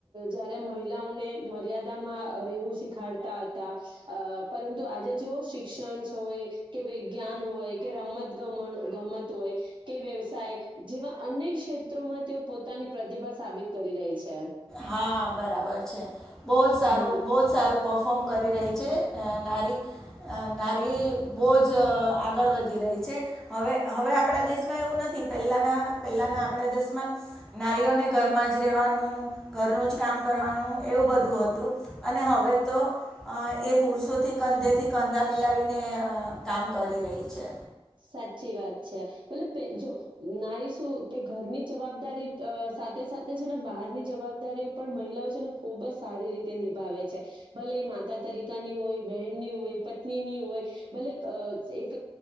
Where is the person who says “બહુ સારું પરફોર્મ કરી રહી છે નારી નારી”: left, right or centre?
Centre